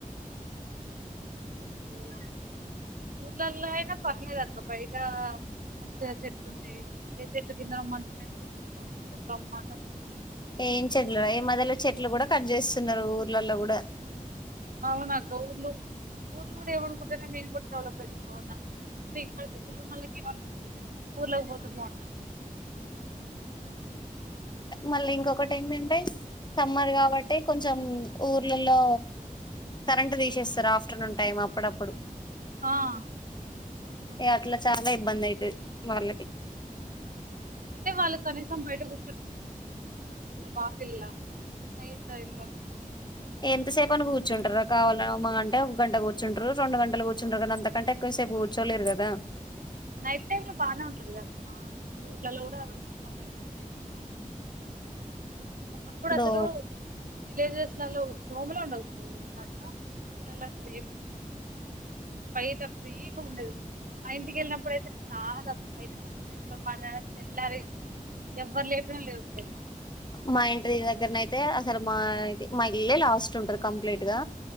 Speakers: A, on the right; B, on the left.
A: <inaudible> ఊర్లల్లో అయినా పర్లేదు అక్క బయట మంచిగా చెట్లుంటాయి చెకింద చెట్టు కింద మంచు వేసుకొని పడుకుంటే బ్రహ్మాండ
B: ఏం చెట్లు రా ఏ మదల చెట్లు కూడా కట్ చేస్తున్నారు ఊర్లలో కూడా
A: అవునా ఊర్లు ఊర్లు కూడా ఏమనుకుంటారనే మేము కూడా డెవలప్ అవుతు పో అనుకుంటు న ఇ లు నళ్ళకి ఏమనిపిస్తుంది ఊర్లోకి పోతూ పోండను
B: మళ్ళీ ఇంకొక టైం ఉంటాయి సమ్మర్ కాబట్టి కొంచెం ఊర్లలో కరెంట్ తీసేస్తారు ఆఫ్టర్నూన్ టైం అప్పుడప్పుడు
A: ఆ కొన్ని కొన్ని సార్లు
B: అట్లా చాలా ఇబ్బంది అయి వర్లకి
A: ళ్ళ కనీసం బయటకు వాక్ ఇ నైట్ టైం
B: ఎంత సేపు అని కూర్చుంటారు కావాల మహా అంటే ఒక గంట కూర్చుంటారు రెండు గంటలు కూర్చుంటారు కదా అంతకంటే ఎక్కువ సేపు కూర్చోలేరు కదా
A: నైట్ టైమ్ లో బాగానే ఉంటది కదా ఇప్పుడు ఊర్లలో కూడా దోమలు ఎక్కునే ఒకప్పుడు
B: దో
A: అసలు విలేజెస్లలో దోముల ఉండకపోదు కాక ఊర్ల అసలేమి బైట ఫ్రీగా ఉండదు ఆ ఇంటికెళ్ళిన ఇప్పుడైతే చాలా బయట మంచి మ తెల్లారి ఎవ్వరు లేపిన లేవుపో మొత్తం
B: మా ఇంట్రీ దగ్గరన అయితే అసలు మాయి మా ఇల్లే లాస్ట్ ఉంటారు కంప్లీట్ గా